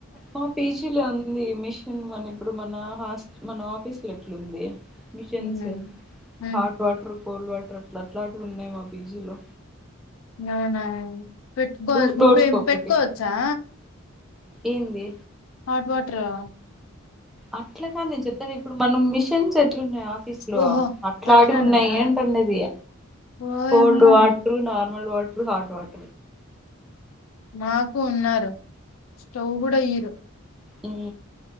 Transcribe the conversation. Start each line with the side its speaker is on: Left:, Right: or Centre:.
Centre: మా పీజీలో ఉంది మిషన్ మన ఇప్పుడు మన హ మన ఆఫీస్ లో ఎట్లుంది మిషన్స్
Left: ఉమ్ ఉమ్
Centre: హాట్ వాటర్ కోల్డ్ వాటర్ అట్లాటివి ఉన్నయి మా ఫ్రిడ్జ్ లో
Left: అవునా పెట్టుకో
Centre: ఫ్లోర్స్
Left: ను
Centre: కి ఒకటి
Left: పెట్టుకోవచ్చా
Centre: ఏంది
Left: హాట్ వాటరా
Centre: అట్ల కాదు నేను చెప్పేది, ఇప్పుడు మనం మిషన్స్ ఎట్లు ఉన్నాయి. ఆఫీస్ లో
Left: ఓహో
Centre: అట్లాంటివి
Left: అట్లానేనా
Centre: ఉన్నయి అంటుండేది.
Left: ఓయమ్మ
Centre: cold water, normal water, hot water.
Left: నాకు ఉన్నారు స్టవ్ కూడా ఈయరు
Centre: ఉ